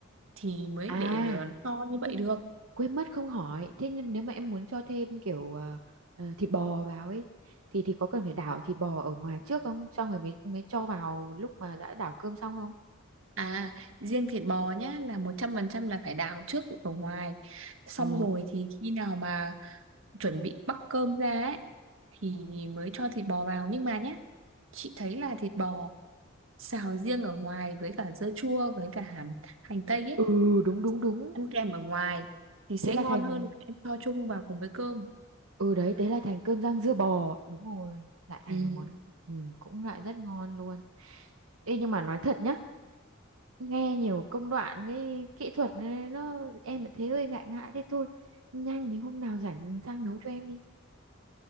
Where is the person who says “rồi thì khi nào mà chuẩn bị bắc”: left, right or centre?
Right